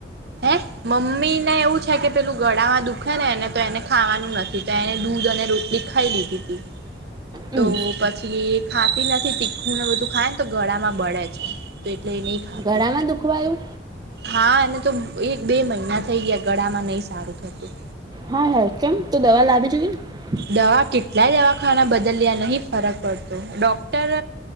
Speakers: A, on the right; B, on the right.
A: હે? મમ્મી ને એવું છે કે પેલું ગળામાં દુખે ને એને, તો એને ખાવાનું નથી, તો એને દૂધ અને રોટલી ખ ખાઈ લીધી તી.
B: હમ
A: તો પછી ખાતી નથી, તીખું ને બધું ખાય ને તો ગળામાં બળે છે. તો એટલે એ નહીં ખાતી.
B: ગળામાં દુખવાયું
A: હા એને તો એક બે મહિના થઈ ગયા, ગળામાં નહી સારું થતું.
B: હાય-હાય કેમ? તો દવા લાવી જોઈએ ને.
A: દવા કેટલાય દવાખાના બદલ્યા નહીં ફરક પડતો. ડોક્ટર